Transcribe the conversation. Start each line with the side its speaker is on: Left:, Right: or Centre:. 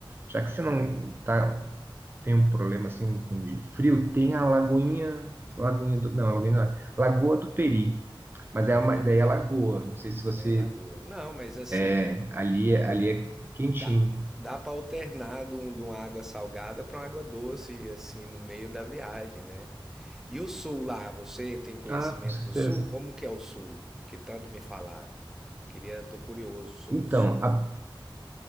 Right: Já que você não
Centre: Hum.
Right: tá, tem um problema assim com de frio, tem a Lagoinha, Lagoinha do, não, a Lagoinha, não, Lagoa do Peri. Mas
Centre: Lagoa
Right: é uma, daí
Centre: do Peri.
Right: é lagoa. Não sei se você.
Centre: É, lagoa. Não, mas assim,
Right: É, ali, é- ali é quentinho.
Centre: dá, dá para alternar de, um- de uma água salgada para uma água doce, assim, no meio da viagem, né? E o sul lá, você tem conhecimento
Right: Ah, com certeza.
Centre: do sul? Como que é o sul? Que tanto me falaram. Queria, tô curioso sobre
Right: Então,
Centre: o sul.
Right: a-